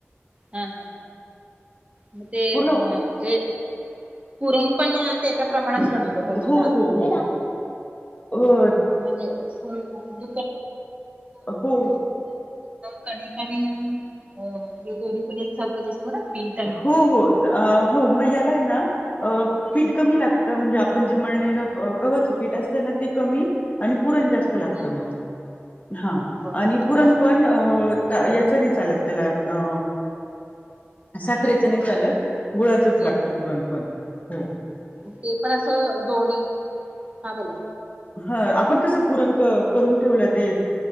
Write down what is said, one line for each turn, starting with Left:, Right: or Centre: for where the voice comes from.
Right: हा हा म ते
Left: पूर्ण
Right: अ जे पुरण पण त्याच्या प्रमाणेच बनवलं पाहिजे
Left: हो
Right: ना.
Left: हो. हो.
Right: <unintelligible>
Left: हो
Right: कणिक आणि अ हे दोही पण एकसारखंच असत. <unintelligible>
Left: हो हो हो मग याला आहे ना
Right: हम्म
Left: पीठ कमी लागत. तर म्हणजे आपण जे मळलेलं गव्हाचं पीठ असतं ना ते कमी आणि पुरण जास्त. लागतं
Right: हम्म
Left: मग हा
Right: बापरे
Left: आणि पुरण
Right: हा
Left: पण- अ याचं नाही चालत त्याला अ साखरेचं नाही चालत गुळाचंच
Right: हम्म
Left: लागतं पुरणपण हो.
Right: ते पण असं दोन्ही, हा बोला.
Left: हा आपण कसं पुरण क करून ठेवलं ते